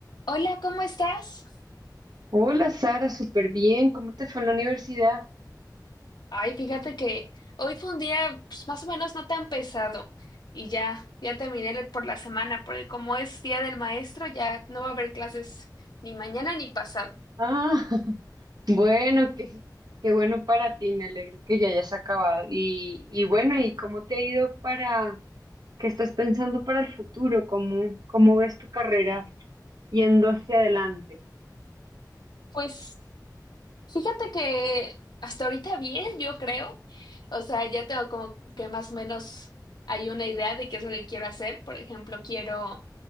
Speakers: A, on the left (about 80°); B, on the right (about 70°).
A: Hola, ¿cómo estás?
B: Hola Sara, súper bien. ¿Cómo te fue en la universidad?
A: Ay, fíjate que hoy fue un día pues, más o menos no tan pesado y ya, ya terminé la- por la semana, porque como es día del maestro, ya no va a haber clases ni mañana ni pasado.
B: Ah, <laughs> bueno, qué, qué bueno para ti. Me alegro que ya hayas acabado. Y, y bueno, ¿y cómo te ha ido para, qué estás pensando para el futuro? ¿Cómo, cómo ves tu carrera yendo hacia adelante?
A: Pues Fíjate que hasta ahorita bien, yo creo. O sea, ya tengo como que más o menos hay una idea de qué es lo que quiero hacer. Por ejemplo, quiero,